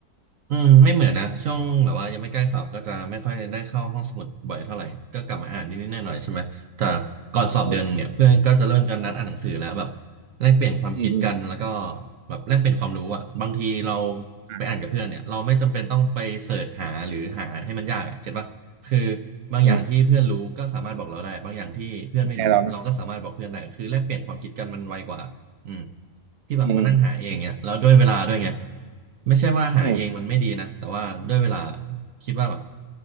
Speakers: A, on the right (about 65°); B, on the right (about 75°).
A: อืมไม่เหมือนนะช่วงแบบว่ายังไม่ใกล้สอบก็จะไม่ค่อยได้เข้าห้องสมุดบ่อยเท่าไหร่ก็กลับมาอ่านนิดๆหน่อยๆใช่ไหมแต่ก่อนสอบเดือนหนึ่งเนี่ยเพื่อนก็จะเริ่มกันนัดอ่านหนังสือแล้วแบบ
B: อืม
A: แลกเปลี่ยนความคิดกันแล้วก็
B: อืมอืม
A: แบบแลกเปลี่ยนความรู้อ่ะบางทีเรา
B: อ่ะ
A: ไปอ่านกับเพื่อนเนี่ยเราไม่จำเป็นต้องไปเสิร์ชหาหรือหาให้มันยากอ่ะเก็ตปะคือบางอย่างที่เพื่อนรู้ก็สามารถบอกเราได้บางอย่างที่เพื่อนไม่รู้เราก็สามารถบอกเพื่อนได้คือแลกเปลี่ยนความคิดกันมันไวกว่า
B: อืมแชร์เราเนาะ
A: อืมที่แบบมานั่งหาเองเนี่ยแล้วด้วยเวลาด้วยไง
B: อืม
A: ไม่ใช่ว่าหาเองมันไม่ดีนะแต่ว่าด้วยเวลา
B: อืมอม
A: คิดว่าแบบ